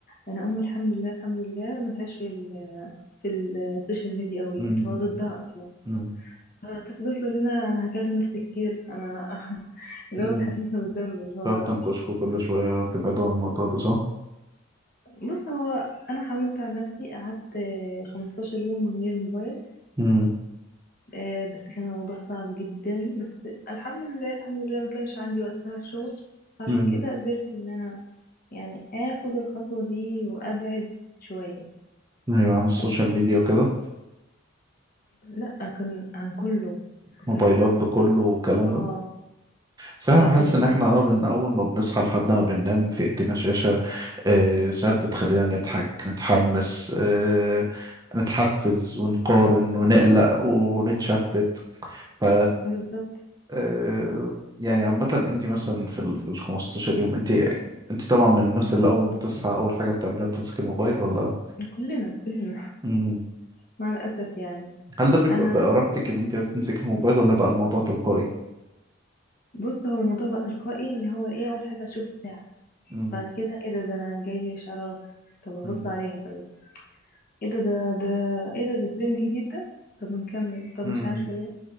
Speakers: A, on the left; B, on the right.
A: انا امي الحمد لله الحمد لله ملهاش في ال في السوشيال ميديا قوي
B: مم.
A: اللي هو ضدها اصلا
B: مم.
A: فتفضل تقول لنا انا هكلم نفسي كتير انا <laughs> اللي
B: مم.
A: هو تحسسنا بالذنب اللي هو
B: تقعد تنكشكوا كل شويه تبعدوا عن الموضوع ده صح؟
A: بص هو انا حاولت عن نفسي قعدت آه، 15 يوم من غير موبايل
B: مم.
A: آه، بس كان الموضوع صعب جدا بس الحمد لله الحمد لله ما كانش عندي وقتها الشغل فعشان
B: مم.
A: كده قدرت ان انا يعني اخد الخطوة دي وابعد شوية
B: ايوه عن السوشيال
A: بس
B: ميديا وكده
A: لا كان عن كله كنت
B: موبايلات
A: عايزة اعمل
B: بكله
A: ده.
B: والكلام
A: اه
B: ده بس
A: قفلت
B: انا بحس
A: الموبايل
B: ان احنا اه من اول ما بنصحى لحد ما بننام في ايدينا شاشة آه ساعات بتخلينا نضحك نتحمس آه نتحفز ونقارن ونقلق ونتشتت ف
A: بالظبط
B: آه يعني عامة انت مثلا في ال في ال 15 يوم انت انت طبعا من الناس اللي اول ما بتصحى اول حاجة بتعملها بتمسك الموبايل ولا
A: كلنا كلنا <laughs>
B: مم.
A: مع الاسف يعني
B: هل ده بيبقى
A: انا
B: بإرادتك ان انت عايز تمسك الموبايل ولا بقى الموضوع تلقائي؟
A: بص هو الموضوع بقى تلقائي اللي هو ايه اول حاجة اشوف الساعة
B: مم.
A: بعد كده ايه ده ده انا جايلي اشعارات طب هبص
B: مم.
A: عليها طيب ايه ده ده ده ايه ده ده ترند جديد ده طب ما نكمل طب
B: مم.
A: مش عارفة ايه